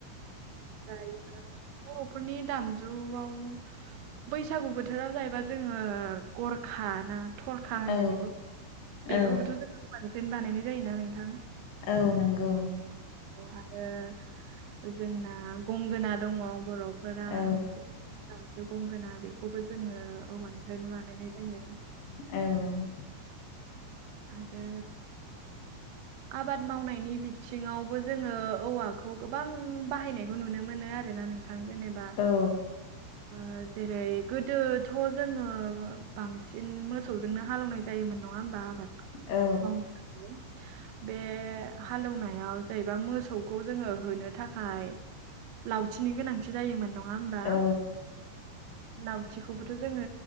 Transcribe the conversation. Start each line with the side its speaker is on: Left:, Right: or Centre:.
Right: यो बर'फोरनि दामजुआव बैसागु बोथोराव जाहैबा जोङो गरखा ना थरखा होनो
Left: औ
Right: बेखौ बेखौबोथ'
Left: औ
Right: जों गोमानिफ्रायनो बानायनाय जायोना नोंथां
Left: औ नंगौ
Right: आरो जोंना गंगोना दङ बर' फोरा
Left: औ
Right: मोनसे दामजु गंगोना बेखौबो जोङो औवानिफ्रायनो बानायनाय जायो।
Left: औ
Right: आरो आबाद मावनायनि बिथिङावबो जोङो औवाखौ गोबां बाहायनायखौ नुनो मोनो आरोना नों थां जेनेबा
Left: औ
Right: ओ जेरै गोदोथ' जोङो बांसिन मोसौजोंनो हालेवनाय जायोमोन नङा होमबा आबाद
Left: औ
Right: मावनो बे हालेवनायाव जाहैबा मोसौखौ जोङो होनो थाखाय लावथिनि गोनांथि जायोमोन नङा होमबा
Left: औ
Right: लावथिखौबोथ' जोङो